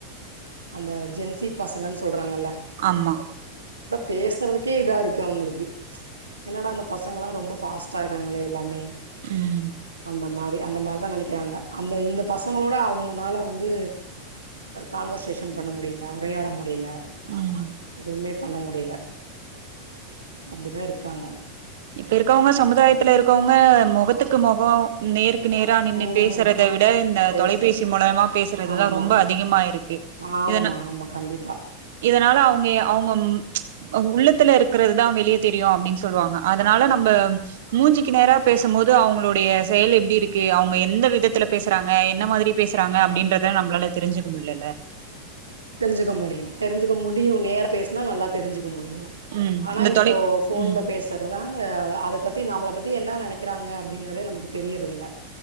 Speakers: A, on the right; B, on the right.
A: அந்த ஜென்சி பசங்கன்னு சொல்றாங்கல்ல
B: ஆமா
A: பேசறதுக்கே இதா இருக்கு அவங்களுக்கு என்னடா அந்த பசங்கலா ரொம்ப ஃபாஸ்ட்டா இருக்காங்ளே எல்லாமே
B: ம்
A: அந்த மாரி அந்த மாரிதா நெனைக்கிறாங்க அந்த இந்த பசங்களோட அவுங்கனால வந்து கான்வர்சேஷன் பண்ண முடியல உரையாட முடி டியல
B: ம்
A: எதுவுமே பண்ண முடியில அப்டிதா இருக்காங்க
B: இப்ப இருக்கவங்க சமுதாயத்துல இருக்கோவங்க மொகத்துக்கு மொக நேர் உக்கு நேரா நின்னு
A: ம்
B: பேசறத விட இந்த தொலைபேசி
A: எஸ்
B: மூலமா பேசுறதுதா
A: ஆமா
B: ரொம்ப அதிகமா இருக்கு
A: ஆமா
B: இதன
A: ஆமா கண்டிப்பா
B: இத அதனால அவுங்கெ அவுங்க உள்ளத்துல இருக்கிறது தா வெளியே தெரியு அப்டின்னு சொல்வாங்க அதனால நம்ம மூஞ்சிக்கு நேரா பேசம் போது அவங்களுடைய செயல் எப்டி இருக்கு அவங்க எந்த விதத்துல பேசறாங்க என்ன மாதிரி பேசறாங்க அப்டின்றத நம்மளால தெரிஞ்சுக்க முடியல இல்ல
A: தெரிஞ்சுக்க முடியு தெரிஞ்சுக்க முடியு நேரா பேசுனா நல்லா தெரிஞ்சுக்க முடியு
B: ம்
A: ஆனா
B: இந்த
A: இப்போ
B: தொலை
A: ஃபோன்ல
B: ம்
A: பேசுறதால அத பத்தி நம்மள பத் து என்ன நெனைக்கிறாங்க அப்டிங்கறதே நமக்கு தெரியறதில்ல